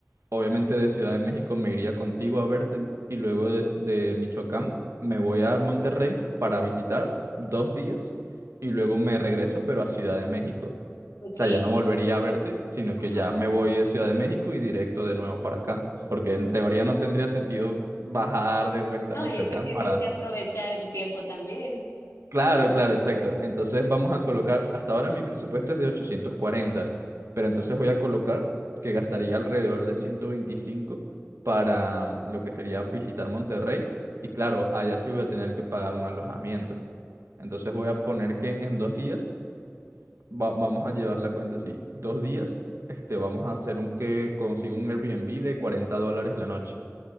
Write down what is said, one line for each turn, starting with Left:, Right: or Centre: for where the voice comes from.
Right: Obviamente de Ciudad de México me iría contigo a verte y luego desde Michoacán me voy a Monterrey para visitar dos días y luego me regreso pero a Ciudad de México.
Left: Ok.
Right: O sea, ya no volvería a verte, sino
Left: Ajá.
Right: que ya me voy de Ciudad de México y directo de nuevo para acá.
Left: Sí, sí,
Right: Porque
Left: sí,
Right: en teoría
Left: pues.
Right: no tendría sentido bajar de vuelta
Left: No,
Right: a Michoacán
Left: y es que tienes
Right: para...
Left: que aprovechar el tiempo también.
Right: Claro, claro, exacto. Entonces vamos a colocar, hasta ahora mi presupuesto es de 840, pero entonces voy a colocar que gastaría alrededor de 125 para mm, lo que sería visitar Monterrey. Y claro, allá sí voy a tener que pagar un alojamiento. Entonces voy a poner que en dos días, va- vamos a llevar la cuenta así, dos días, este, vamos a hacer un que consiga un Airbnb de 40 dólares la noche.